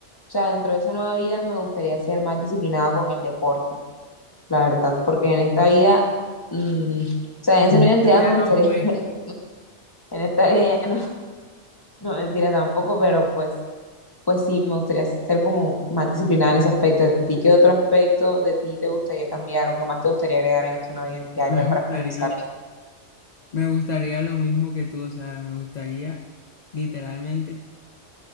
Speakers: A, on the left; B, on the left.
A: sea, dentro de esa nueva vida me gustaría ser más disciplinada con el deporte, la verdad, porque en esta vida, mm, o sea, en esa
B: En
A: nueva
B: esta
A: identidad
B: vida
A: me
B: no
A: gustaría,
B: fue.
A: <laughs>
B: <laughs>
A: en esta vida ya no, no mentira tampoco, pero pues pues sí, me gustaría ser como más disciplinada en ese aspecto. ¿A ti qué otro aspecto de ti te gustaría cambiar o qué más te gustaría agregar en esta nueva identidad
B: Me
A: ya para
B: gustaría
A: finalizar?
B: lo, me gustaría lo mismo que tú, o sea, me gustaría literalmente